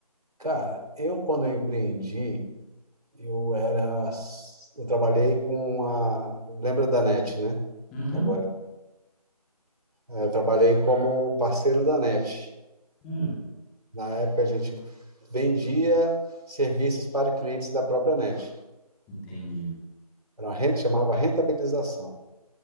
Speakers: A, on the right; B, in the centre.
A: Cara, eu quando eu empreendi, eu era, eu trabalhei com a, lembra da NET, né?
B: Uhum.
A: Agora, eh, eu trabalhei como parceiro da NET.
B: Hum,
A: Na época a gente vendia serviços para clientes da própria NET.
B: entendi.
A: Era uma renta, chamava rentabilização.